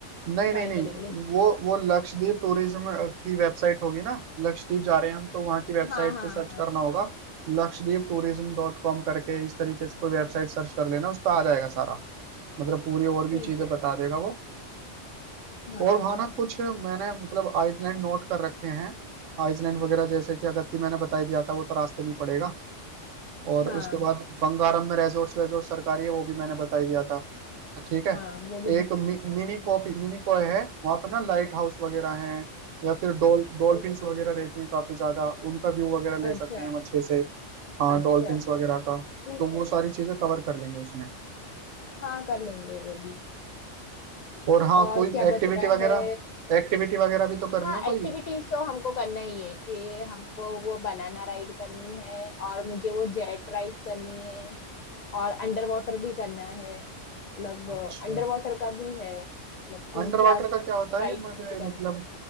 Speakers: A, on the left; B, on the right.
A: ट्राई
B: नहीं नहीं नहीं
A: करेंगे बुकिंग
B: वो वो लक्षद्वीप टूरिज्म की वेबसाइट होगी ना लक्षद्वीप जा रहे हैं हम तो वहाँ की वेबसाइट
A: हाँ हाँ
B: पे सर्च
A: हाँ
B: करना होगा लक्षद्वीप टूरिज्म डॉट कॉम करके इस तरीके से कोई वेबसाइट सर्च कर लेना उस पर आ जाएगा सारा मतलब पूरी और
A: ठीक
B: भी चीजें
A: है
B: बता देगा वो
A: हाँ
B: और वहाँ ना कुछ मैंने मतलब आइसलैंड नोट कर रखे हैं आइसलैंड वगैरह जैसे कि अगत्ती मैंने बताई दिया था वो तो रास्ते में ही पड़ेगा और
A: हाँ
B: उसके बाद बंगारम में रेजोर्ट्स वेजोर्ट सरकारी है वो भी मैंने बता ही दिया था ठीक है
A: हाँ वो भी घूम
B: एक
A: सकते
B: मि, मिनी
A: हैं
B: कॉपी मिनी कॉय है वहाँ पर ना लाइट हाउस वगैरह हैं या फिर डॉल डॉल्फिन्स
A: ओके
B: वगैरह रहती हैं काफी ज्यादा उनका व्यू वगैरह ले
A: अच्छा
B: सकते हैं हम अच्छे से हाँ
A: अच्छा
B: डॉल्फिन्स वगैरह का
A: ठीक
B: तो वो
A: है
B: सारी चीजें कवर कर लेंगे उसमें
A: हाँ कर लेंगे वो भी
B: और हाँ
A: और
B: कोई
A: क्या
B: एक्टिविटी
A: बच रहा
B: वगैरह
A: है
B: एक्टिविटी वगैरह भी तो करनी
A: हाँ
B: है
A: एक्टिविटीज
B: कोई
A: तो हमको करना ही है कि हमको वो बनाना राइड करनी है और मुझे वो जेट राइड करनी है और अंडर वाटर भी करना है मतलब
B: अच्छा
A: अंडर वाटर का भी है मतलब तीन
B: अंडर
A: चार
B: वाटर का क्या होता है
A: राइड
B: ये मुझे
A: मुझे करने
B: मतलब
A: हैं।